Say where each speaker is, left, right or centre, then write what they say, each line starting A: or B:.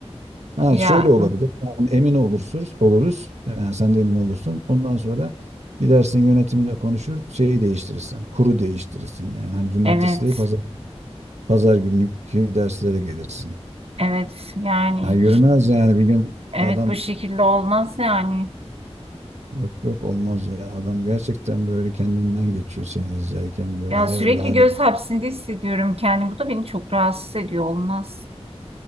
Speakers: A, on the right (about 80°); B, on the right (about 60°).
A: Ha
B: Ya
A: şöyle olabilir. Yani emin olursunuz, oluruz. Yani sen de emin olursun. Ondan sonra gidersin yönetimle konuşur, şeyi değiştirirsin. Kuru değiştirirsin yani. Hani cumartesi
B: evet
A: değil pazar, pazar günlük derslere gelirsin.
B: evet yani
A: Ha yürümez yani bir gün
B: evet
A: adam
B: bu şekilde olmaz yani.
A: Yok yok olmaz ya. Adam gerçekten böyle kendinden geçiyor seni izlerken böyle
B: Ya
A: hayal
B: sürekli
A: alem
B: göz hapsinde hissediyorum kendimi. Bu da beni çok rahatsız ediyor olmaz.